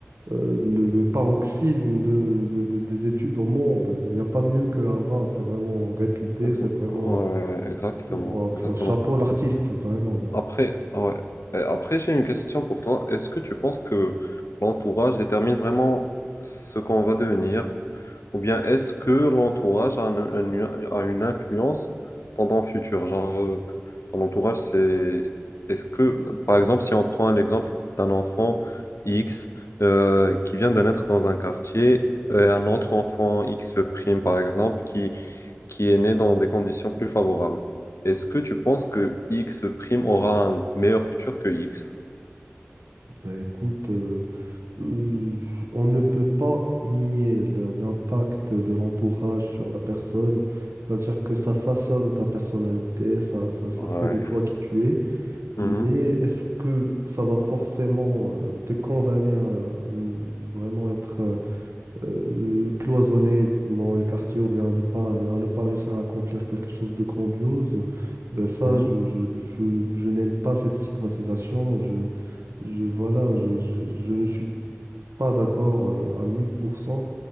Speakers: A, on the right; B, on the left.
A: euh, le, le paroxysme de, de- de- des études au monde. Il n'y a pas mieux que Harvard. C'est vraiment réputé,
B: Ex-
A: c'est vraiment...
B: ouais,
A: euh,
B: exactement,
A: ouah, pour-
B: exactement.
A: chapeau à l'artiste, vraiment. hein.
B: Après, ah ouais. Euh, Après, j'ai une question pour toi. Est-ce que tu penses que l'entourage détermine vraiment ce qu'on va devenir? Ou bien est-ce que l'entourage a, un- un- a une influence dans ton futur? Genre, euh, ton entourage, c'est... Est-ce que, par exemple, si on prend l'exemple d'un enfant X euh, qui vient de naître dans un quartier, et un autre enfant X prime, par exemple, qui, qui est né dans des conditions plus favorables. Est-ce que tu penses que X prime aura un meilleur futur que X?
A: Bah, écoute, euh, euh, on ne peut pas nier le- l'impact de l'entourage sur la personne. C'est-à-dire que ça façonne ta personnalité, ça, ça, ça
B: Ouais.
A: fait de toi qui tu es.
B: Mhm,
A: Mais est-ce que ça va forcément euh, te condamner à euh, vraiment être euh, euh, cloisonné dans le quartier ou bien à ne pas, à ne pas réussir à accomplir quelque chose de grandiose? Ben ça,
B: mhm,
A: je, je, je- je n'aime pas cette stigmatisation. Je, je, voilà, je, je- je ne suis pas d'accord euh, à 1000%.